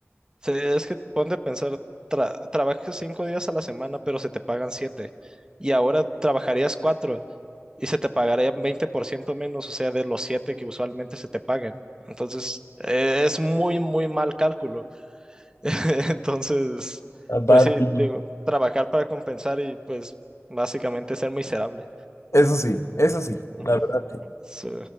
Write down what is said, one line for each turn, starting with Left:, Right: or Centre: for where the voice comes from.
Right: Sí, es que ponte a pensar, tra- trabajas cinco días a la semana, pero se te pagan siete. Y ahora trabajarías cuatro y se te pagarían 20% menos, o sea, de los siete que usualmente se te pagan. Entonces, eh, es muy, muy mal cálculo. <laughs> Entonces,
Left: A Bad
Right: pues sí,
Left: Bunny.
Right: digo, trabajar para compensar y pues básicamente ser miserable.
Left: Eso sí, eso sí,
Right: Ujú.
Left: la verdad sí.
Right: Sí.